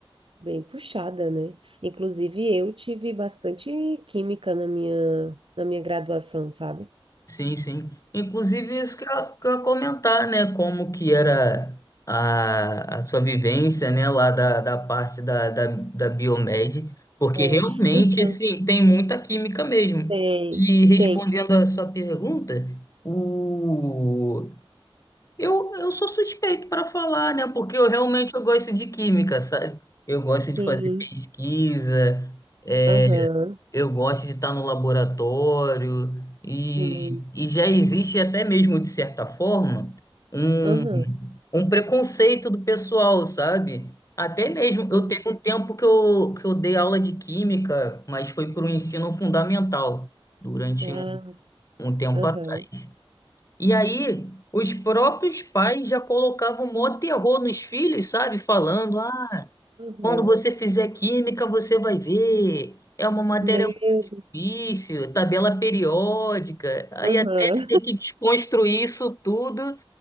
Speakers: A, on the right (about 65°); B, on the left (about 35°).
A: bem puxada, né? Inclusive, eu tive bastante química na minha, na minha graduação, sabe?
B: Sim, sim. Inclusive, isso que eu, que eu ia comentar, né? Como que era a, a sua vivência, né? Lá da, da parte da, da, da Biomed, porque
A: É,
B: realmente,
A: então,
B: assim, tem muita química mesmo.
A: tem,
B: E respondendo
A: tem,
B: a sua pergunta, o... eu, eu sou suspeito para falar, né? Porque eu realmente eu gosto de química, sabe? Eu gosto de
A: sim,
B: fazer pesquisa, é,
A: aham,
B: eu gosto de estar no laboratório e,
A: sim,
B: e já existe até mesmo, de certa forma, um,
A: aham,
B: um preconceito do pessoal, sabe? Até mesmo,
A: sim,
B: eu teve um tempo que eu, que eu dei aula de química, mas foi para o ensino fundamental, durante
A: ah,
B: um, um tempo
A: aham,
B: atrás. E aí, os próprios pais já colocavam mó terror nos filhos, sabe? Falando, ah,
A: aham,
B: quando você fizer química, você vai ver. É uma matéria
A: meu,
B: isso, tabela periódica. Aí
A: aham,
B: até ter que desconstruir isso tudo